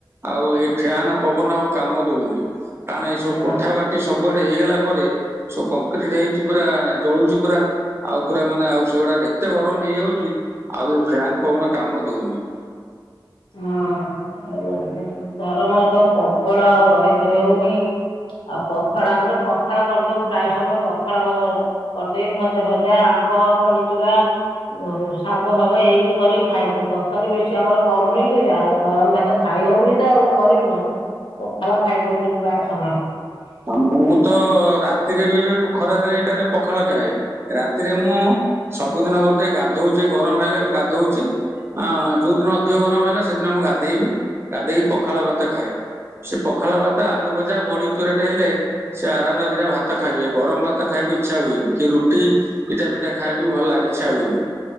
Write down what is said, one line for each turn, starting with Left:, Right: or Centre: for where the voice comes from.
Right: ଆଉ ଏଇ ଫ୍ୟାାନ ପବନ ଆଉ କାମ ଦଉନି। କାରଣ ଏଇ
Left: ହଁ।
Right: ସବୁ କୋଠା ବାଟି ସବୁଆଡେ ହେଇଗଲା, ପରେ ସବୁ କଂକ୍ରିଟ ହେଇଛି ପୁରା ଜଳୁଛିୁ ପୁରା। ଆଉ ପୁରା ମାନେ ଆଉ ସେଗୁଡାକ ଏତେ ଗରମ ହେଇଯାଉଛି, ଆଉ ଏ ଫ୍ୟାନ ପବନ କାମ ଦଉନି।
Left: ହଁ ଆଉ ଗରମ ତ ପ୍ରବଳ ଆଉ ରହିଥୋଇ ହଉନି । ଆଉ ପଖାଳ ଆମର ପଖାଳ କରିଦଉ, ପ୍ରାୟ ସମୟ ପଖାଳ କରିଦେଇ ଭଜା ଭଜା ବ ବଡିଚୁରା ଶାଗ ଫାଗ ଏଇମିତି କରିକି ଖାଇଦୁ ତରକାରୀ ବେଶୀ ଆମର କରୁନି କି ଗରମ ଭାତ ଖାଇ ହଉନି ତ ଆଉ କରିବୁ କଣ ପଖାଳ ଖାଇଦଉଛିୁ ପ୍ରାୟ ସମୟ
Right: ଆ ମୁଁ ତ ରାତିରେ ବି ଏବେ ଖରାଦିନେ ଏଇଟାରେ ପଖାଳ ଖାଏ। ରାତିରେ ମୁଁ ସବୁଦିନ ଗୋଟେ ଗାଧୋଉଛି, ଗରମ ହେଲେ ଗାଧୋଉଛି। ଅ ଯୋଉ ଦିନ ଅଧିକ ଗରମ ହେଲା ସେଦିନ ମୁଁ ଗାଧେଇବି, ଗାଧେଇକି ପଖାଳ ଭାତ ଖାଏ। ସେ ପଖାଳ ଭାତା ଆଳୁ ଭଜା ବଡି ଚୁରାଟେ ହେଲେ, ସେ ଆରାମ ରେ ଦିନ ଭାତ ଖାଇବ। ଗରମ ଭାତ ଖାଇବାକୁ ଇଛା ହୁଏନି କି ରୁଟି ପିଟା ପିଟା ଖାଇବାକୁ ଭଲ ଲାଗ ଇଚ୍ଛା ହୁଏନି।